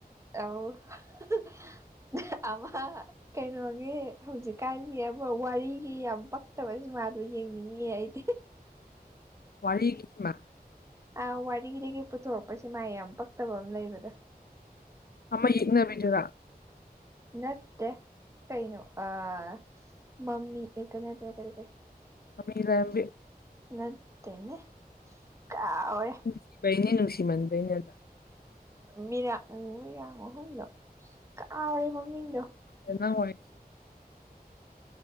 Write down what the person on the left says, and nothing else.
ꯋꯥꯔꯤꯒꯤ <inaudible>
ꯑꯃ ꯌꯦꯛꯅꯕꯤꯗꯨꯔꯥ
ꯃꯃꯤꯒꯤ ꯂꯥꯏꯔ‌ꯦꯝꯕꯤ
ꯅꯨꯡꯁꯤꯕꯩꯅꯤ ꯅꯨꯡꯁꯤꯃꯟꯕꯩꯅꯦ ꯑꯗꯣ
<inaudible> ꯅꯪ ꯋꯥꯔꯤ